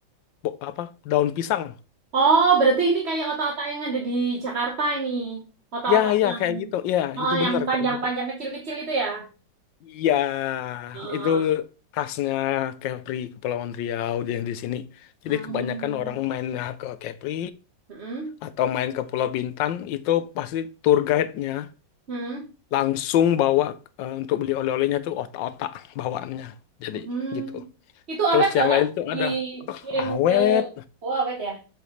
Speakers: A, on the left; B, on the right.
A: bo- apa? Daun pisang.
B: Oh, berarti ini kayak otak-otak yang ada di Jakarta ini. Otak-otak
A: Ya, ya,
B: yang
A: kayak gitu. Ya,
B: oh,
A: itu bener
B: yang panjang-panjang
A: kayak gitu.
B: kecil-kecil itu ya.
A: Iya,
B: Oh.
A: itu khasnya Kepri, Kepulauan Riau yang di sini. Jadi
B: Hmm.
A: kebanyakan orang mainnya ke Kepri
B: Hmm.
A: atau main ke Pulau Bintan itu pasti tour guide-nya
B: Hmm.
A: langsung bawa eh, untuk beli oleh-olehnya tuh otak-otak bawaannya. Jadi
B: Hmm.
A: gitu.
B: Itu
A: Terus
B: awet nggak,
A: yang
B: Kak?
A: lain itu
B: Dikirim
A: ada awet,
B: ke Oh, awet ya.